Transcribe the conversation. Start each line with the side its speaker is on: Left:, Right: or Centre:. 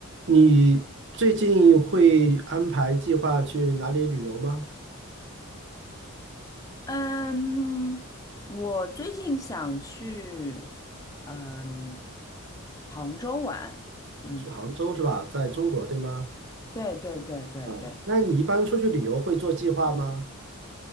Right: 你最近会安排计划去哪里旅游吗？
Left: 嗯，我最近想去嗯杭州玩，嗯，
Right: 去杭州是吧？在中国，对吗？
Left: 对对对对对，
Right: 嗯，那你一般出去旅游会做计划吗？